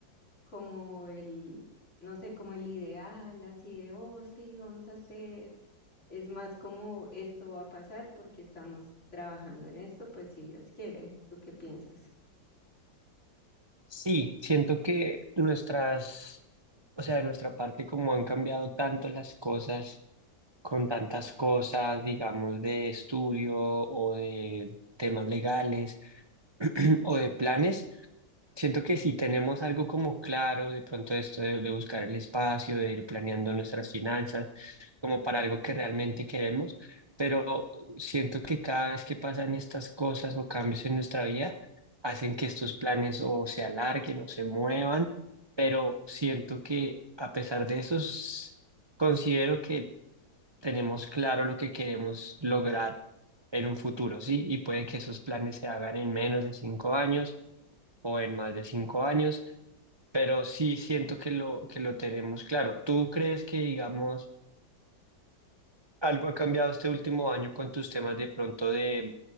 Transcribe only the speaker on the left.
como el, no sé, como el ideal, así de, oh, sí, vamos a hacer, es más como esto va a pasar porque estamos trabajando en esto, pues si Dios quiere, ¿tú qué piensas?